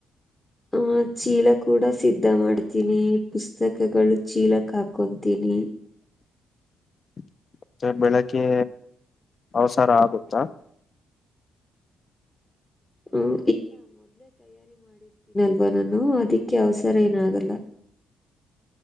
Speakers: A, on the left; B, on the left.
A: ಆಹ ಚೀಲ ಕೂಡ ಸಿದ್ಧ ಮಾಡ್ತೀನಿ ಪುಸ್ತಕಗಳು ಚೀಲಕ್ ಹಾಕೊತೀನಿ
B: <inaudible> ಮ ಬೆಳಿಗ್ಗೆ ಅವಸರ ಆಗುತ್ತಾ
A: ಹ್ಮ್ ಒಬ ನಾನು ಅದಿಕ್ಕೆ ಅವಸರ ಏನ ಆಗಲ್ಲ